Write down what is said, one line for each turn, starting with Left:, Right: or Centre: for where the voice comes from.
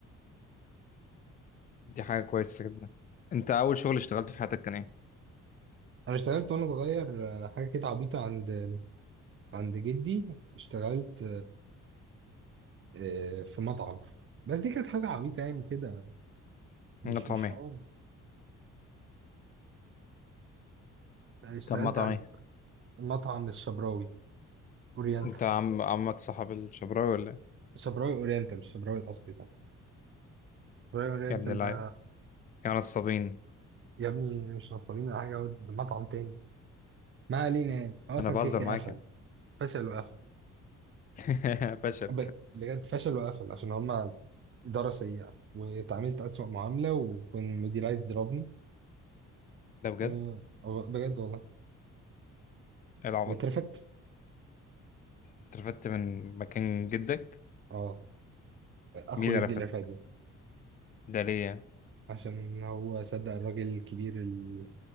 Left: دي حاجة كويسة جدا انت اول شغل اشتغلته في حياتك كان ايه؟
Right: انا اشتغلت وانا صغير آه، حاجه كده عبيطه عند عند جدي اشتغلت آه، في مطعم بس دي كانت حاجه عبيطه يعني كده مش
Left: مطعم
Right: مش
Left: ايه؟
Right: حوار اشتغلت
Left: طب مطعم
Right: عند
Left: ايه؟
Right: مطعم الشبراوي اورينتال
Left: انت عم عمك صاحب الشبراوي ولا إيه؟
Right: شبراوي اورينتال مش الشبراوي الاصلي طبعا شبراوي اورينتال
Left: يا ابن اللعيبة
Right: ده
Left: يا نصابين
Right: يا ابني مش نصابين ولا حاجه هو ده مطعم تاني ما علينا يعني هو اصلا
Left: انا بهزر
Right: كده كده
Left: معاك
Right: قفل
Left: يعني
Right: فشل وقفل
Left: <laughs> فشل
Right: ب- بجد فشل وقفل عشان هما إدارة سيئة واتعاملت أسوأ معاملة وكان مدير عايز يضربني
Left: <laughs> ده بجد
Right: أه بجد والله
Left: إيه العبط
Right: واترفدت
Left: انت رفدت من مكان جدك
Right: اه أخو
Left: مين اللي
Right: جدي
Left: رفد
Right: اللي رفدني
Left: ده ليه يعني؟
Right: عشان هو صدق الراجل الكبير ال-